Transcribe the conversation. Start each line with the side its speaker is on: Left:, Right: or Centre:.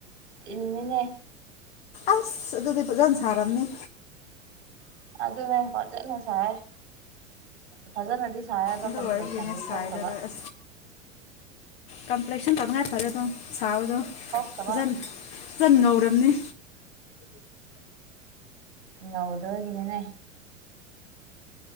Right: ꯏꯅꯦ
Left: ꯑꯁ ꯑꯗꯨꯗꯤꯒꯥꯟ ꯁꯥꯔꯝꯅꯤ
Right: ꯑꯗꯨꯅꯦ ꯐꯖꯅ ꯁꯥꯏ ꯐꯖꯅꯗꯤ ꯁꯥꯏ ꯑꯗꯣ
Left: ꯑꯗꯨ
Right: ꯀꯝꯄ꯭ꯂꯦꯛꯁꯟꯗꯤ
Left: ꯑꯣꯏꯕꯒꯤꯅꯦ ꯁꯗ
Right: ꯊꯣꯛꯇꯕ
Left: ꯑ ꯀꯝꯄ꯭ꯂꯦꯛꯁꯟ ꯇꯧ ꯐꯔꯦꯗꯣ ꯁꯥꯕꯗꯣ
Right: ꯊꯣꯛꯇꯕ
Left: ꯐꯖꯅ ꯐꯆꯟ ꯉꯧꯔꯝꯅꯤ
Right: ꯉꯥꯎꯗꯕꯒꯤꯅꯤꯅꯦ